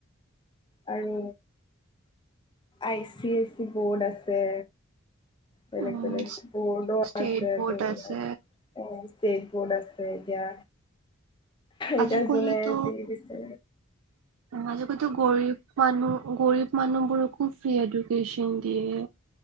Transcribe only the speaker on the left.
আৰু আই চি এই চি বৰ্ড আছে। বেলেগ
বেলেগ বৰ্ডটো
আছে
ত'।
অ' ষ্টেক বৰ্ড আছে এতিয়া। এতিয়া
যোনে যি দিছে